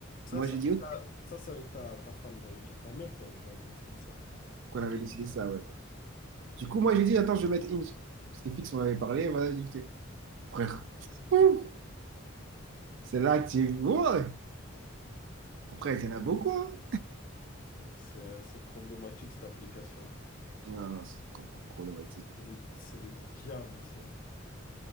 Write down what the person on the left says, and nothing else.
Ça,
c'est
avec
ta, ça, c'est avec ta, ta femme, j'allais dire ta meuf, ouais, que t'as décidé ça.
C'est, c'est problématique cette application.
C'est le, c'est le diable, c'est.